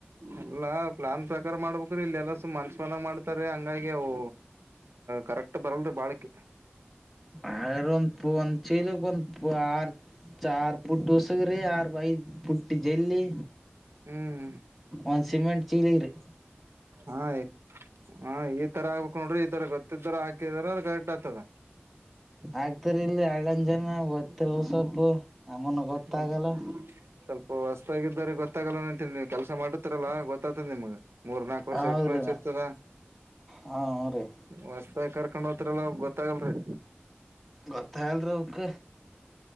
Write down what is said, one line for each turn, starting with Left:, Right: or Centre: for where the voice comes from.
Right: ಅಲ್ಲಾ ಪ್ಲಾನ್ ಪ್ರಕಾರ ಮಾಡ್ಬೇಕ್ರೀ ಇಲ್ಲೆಲ್ಲಸ ಮನ್ಸ ಮನಾಗ ಮಾಡ್ತಾರ ಹಂಗಾಗಿ ಅವು ಕರೆಕ್ಟ್ ಬರಲ್ರಿ ಬಾಳಿಕ
Centre: ಆರನ್ ಪುನ್ ಚಲುಪಂದ ಪು ಚಾರ್ಫುಟ ಸಕರಿ ಬ ಟ್ಟ ಜಲ್ಲಿ
Right: ಹ್ಮ್
Centre: ಒಂದ ಸಿಮೆಂಟ್ ಚೀಲಿರಿ
Right: ಹಾ ಹ ಈ ತರ ಆಗ್ಬೇಕಕ್ ನೋಡ್ರಿ ಈ ತರ ಗೊತ್ತ ಹಾಕಿದಾರಮ್ಮ ಅ ಗರ್ಟ್ ಆತದೆ
Centre: ಆಗ್ತರಿ ಇಲ್ಲಿ ಎಳ್ಳಂದ್ ಜನ ದ್ತಿರ್ ಸ್ವಲ್ಪ ನಮ್ಮನ್ ಗೊತ್ತಾಗಲ್ಲ
Right: ಹ್ಮ್ ಸ್ವಲ್ಪ ಹೊ ಗೊತ್ತಾಗಿದ್ದಾರೆ ಗೊತ್ತಾಗಲ್ಲ ಅಂತಿ ನೀವು ಕೆಲಸ ಮಾಡತರಲ್ಲ ಗೊತ್ತಾತದೆ ನಿಮಗ ಮೂರ್ ನಾಕು ವರ್ಷ
Centre: ಹೌದ್ರಿ
Right: ಎಕ್ಸ್ಪೀರಿಯನ್ಸ್ ಇರ್ತದ
Centre: ಹಾ ಹ್ರೀ.
Right: ಮ ಕರ್ಕೊಂಡ್ ಹೋತಲ್ಲ ಗೊತ್ತಾಗಲ್ರರಿ
Centre: ಗೊತ್ತಾಯಲ್ರಕ್